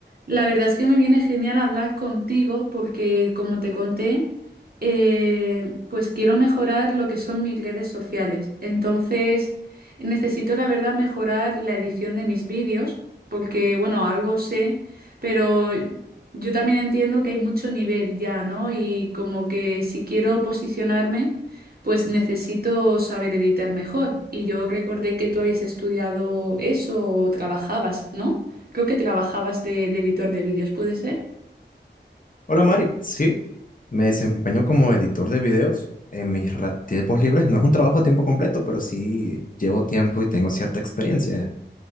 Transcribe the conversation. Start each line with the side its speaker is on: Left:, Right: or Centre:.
Right: La verdad es que me viene genial hablar contigo porque, como te conté, eh, pues quiero mejorar lo que son mis redes sociales. Entonces, necesito, la verdad, mejorar la edición de mis vídeos porque, bueno, algo sé, pero yo también entiendo que hay mucho nivel ya, ¿no? Y como que si quiero posicionarme, pues necesito saber editar mejor. Y yo recordé que tú habías estudiado eso o trabajabas, ¿no? Creo que trabajabas de, de editor de vídeos, ¿puede ser?
Left: Hola Mari, sí, me desempeño como editor de videos en mis ra- tiempos libres. No es un trabajo a tiempo completo, pero sí llevo tiempo y tengo cierta experiencia,